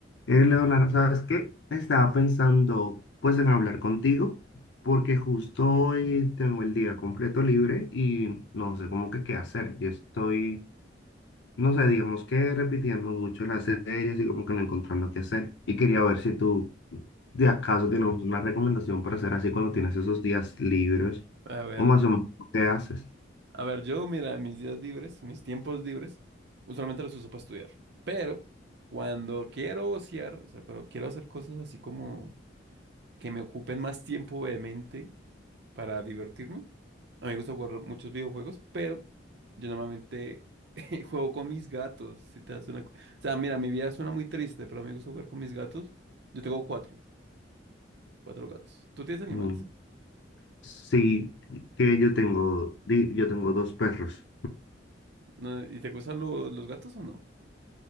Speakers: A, on the left (about 65°); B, on the right (about 60°).
A: Eh, Leonardo, ¿sabes qué? Estaba pensando pues en hablar contigo porque justo hoy tengo el día completo libre y no sé cómo que qué hacer. Yo estoy, no sé, digamos que repitiendo mucho las series y como que no encontrando qué hacer. Y quería ver si tú de acaso tenemos una recomendación para hacer así cuando tienes esos días libres
B: A ver,
A: o más o menos qué haces.
B: a ver, yo, mira, mis días libres, mis tiempos libres, usualmente los uso para estudiar, pero cuando quiero ociar, o sea, cuando quiero hacer cosas así como que me ocupen más tiempo de mente para divertirme, a mí me gusta jugar muchos videojuegos, pero yo normalmente <laughs> juego con mis gatos, si te hace una... co- O sea, mira, mi vida suena muy triste, pero a mí me gusta jugar con mis gatos. Yo tengo cuatro, cuatro gatos. ¿Tú tienes animales?
A: Mm, Sí, que yo tengo, di- yo tengo dos perros.
B: ¿No? ¿Y te gustan lo- los gatos o no?